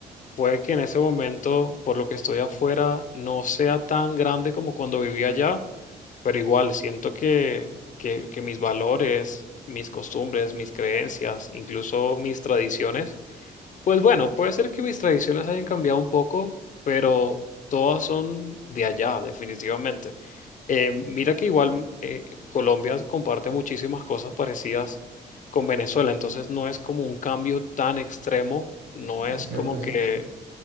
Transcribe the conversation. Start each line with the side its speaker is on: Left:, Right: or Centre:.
Left: puede que en ese momento, por lo que estoy afuera, no sea tan grande como cuando vivía allá, pero igual siento que, que, que mis valores, mis costumbres, mis creencias, incluso mis tradiciones, pues bueno, puede ser que mis tradiciones hayan cambiado un poco, pero todas son de allá, definitivamente. Eh, mira que igual eh, Colombia comparte muchísimas cosas parecidas con Venezuela, entonces no es como un cambio tan extremo, no es
Right: es cierto
Left: como
Right: eso.
Left: que